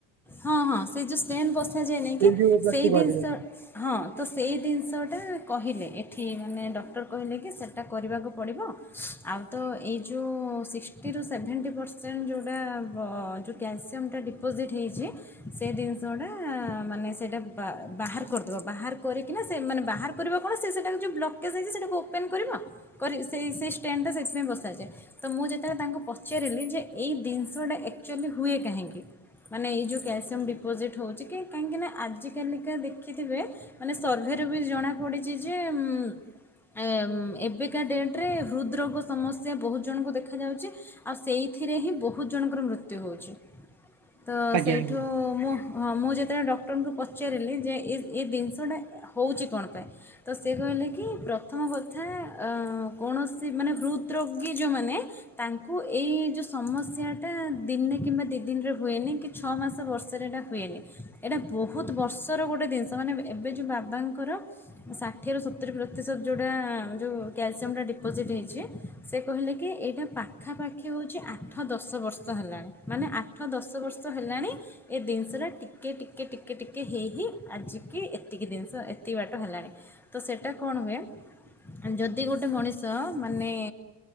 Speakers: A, in the centre; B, on the right.
A: ହଁ ହଁ ସେ ଯୋଉ ଷ୍ଟେଣ୍ଡ ବସାଯାଏ ନି କି
B: ଏଞ୍ଜିଓପ୍ଲାଷ୍ଟି
A: ସେଇ
B: କୁହାଯାଏ।
A: ଜିନିଷ। ହଁ ତ ସେଇ ଜିନିଷଟା କହିଲେ ଏଠି ମାନେ ଡକ୍ଟର କହିଲେ କି ସେଇଟା କରିବାକୁ ପଡ଼ିବ। ଆଉ ତ ଏଇ ଯୋଉ ସିସ୍। ଷ୍ଟିରୁ ସେଭେଣ୍ଟି ପରସେଣ୍ଟ ଯୋଉଟା ଯୋଉ କ୍ୟାଲସିୟମଟା ଡିପୋଜିଟ୍ ହେଇଛି। ସେ ଜିନିଷ ଗୁଡ଼ା ମାନେ ସେଇଟା ବା ବାହାର କରିଦେବା ବାହାର କରିକିନା ସେ ମାନେ ବାହାର। କରିବା କଣ ସିଏ ସେଇଟାକୁ ଯୋଉ ବ୍ଲକେଜ୍ ହେଇଛି ସେଇଟାକୁ ଓପେନ କରିବ କରିକି ସେଇ ସେଇ ଷ୍ଟେନଟା ସେଥିରେ ବସାଯାଏ। ତ ମୁଁ ଯେତେବେଳେ ତାଙ୍କୁ ପଚାରିଲି ଯେ ଏଇ ଜିନିଷଟା ଆକ୍ଚୁଆଲି ହୁଏ କାହିଁକି। ମାନେ ଏଇ ଯୋଉ କ୍ୟାଲସିୟମ୍ ଡିପୋଜିଟ୍ ହଉଛି କି କାହିଁକିନା ଆଜିକାଲିକା ଦେଖିଥିବେ ମାନେ। ସର୍ଭେରୁ ବି ଜଣାପଡ଼ିଛି ଯେ ଉଁ ଏଁ ଏବେ। ଆଜିକା ଡେଟେରେ ହୃଦରୋଗ ସମସ୍ୟା ବହୁତ ଜଣଙ୍କୁ ଦେଖାଯାଉଛି। ଆଉ ସେଇଥିରେ ହିଁ ବହୁତ ଜଣଙ୍କର ମୃତ୍ୟୁ ହଉଛି ତ
B: ଆଜ୍ଞା
A: ସେଇଠୁ
B: ଆଜ୍ଞା
A: ମୁଁ। ହଁ ମୁଁ ଯେତେବେଳେ ଡକ୍ଟରଙ୍କୁ ପଚାରିଲି ଯେ ଏ ଜିନିଷଟା ହେଉଛି କଣ ପାଇଁ। ତ ସେ କହିଲେ କି ପ୍ରଥମ କଥା କୌଣସି ମାନେ ହୃଦ ରୋଗୀ ଯେଉଁମାନେ। ତାଙ୍କୁ ଏଇ ଯୋଉ ସମସ୍ୟାଟା ଦିନେ କିମ୍ବା ଦି ଦିନରେ। ହୁଏନି କି ଛଅ ମାସ ବର୍ଷରେ ଏଇଟା ହୁଏନି ଏଇଟା ବହୁତ ବର୍ଷର ଗୋଟେ ଜିନିଷ ମାନେ। ଏବେ ଯେଉଁ ବାବାଙ୍କର। ଷାଠିଏରୁ ସତୁରିୀ ପ୍ରତିଶତ ଯେଉଁଟା ଯେଉଁ କ୍ୟାଲସିୟମଟା ଡିପୋଜିଟ୍ ହେଇଛି। ସେ କହିଲେ କି ଏଇଟା ପାଖାପାଖି ହେଉଛି ଆଠ ଦଶ ବର୍ଷ ହେଲାଣି ମାନେ। ଆଠ ଦଶ ବର୍ଷ ହେଲାଣି। ଏ ଜିନିଷଟା ଟିକେ ଟିକେ ଟିକେ ଟିକେ ହେଇ ହି ଆଜିକି ଏତିକି ଜିନିଷ ଏତିକି ବାଟ ହେଲାଣି। ତ ସେଇଟା କଣ ହୁଏ। ଯଦି ଗୋଟେ ମଣିଷ ମାନେ